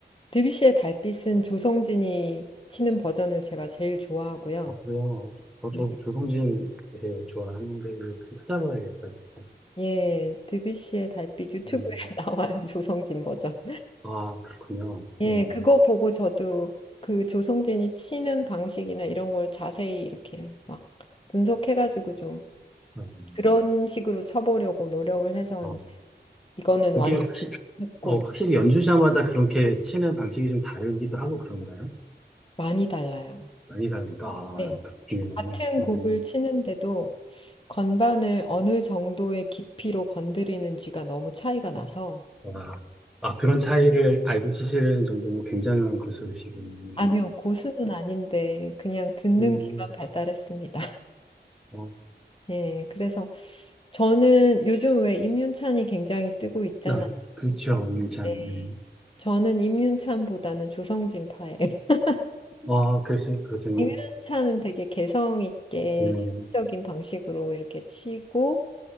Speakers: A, on the left; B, in the centre.
A: 드뷔시의 달빛은 조성진이 치는 버전을 제가 제일 좋아하고요.
B: 어, 그래요. 어,
A: 네.
B: 저 조성진 되게 좋아하는데, 이거 찾아봐야겠다, 진짜.
A: 예, 드뷔시의 달빛 유튜브에
B: 음.
A: <laughs> 나와요. 조성진 버전.
B: 아, 그렇군요.
A: 예,
B: 예.
A: 그거 보고 저도 그 조성진이 치는 방식이나 이런 걸 자세히 이렇게 막 분석해가지고 좀
B: 음,
A: 그런 식으로 쳐보려고 노력을 해서
B: 어,
A: 이제 이거는
B: 그게 확실히,
A: 완성했고
B: 어, 확실히 연주자마다 그렇게 치는 방식이 좀 다르기도 하고 그런가요?
A: 많이 달라요.
B: 많이 다르니까. 아,
A: 네.
B: 그렇군요.
A: 같은
B: 음,
A: 곡을 치는데도 건반을 어느 정도의 깊이로 건드리는지가 너무 차이가 나서
B: 와. 아, 아, 그런 차이를 알고 치시는 정도면 굉장한 고수시군요.
A: 아니요, 고수는 아닌데 그냥 듣는
B: 음,
A: 귀만 발달했습니다.
B: 어,
A: 예, 그래서 저는 요즘 왜 임윤찬이 굉장히 뜨고 있잖아요.
B: 아, 그렇죠. 음, 참.
A: 네.
B: 음.
A: 저는 임윤찬보다는 조성진파예요. <laughs>
B: 아, 글쎄, 그렇죠.
A: 임윤찬은 되게 개성 있게
B: 예,
A: 자극적인 방식으로 이렇게 치고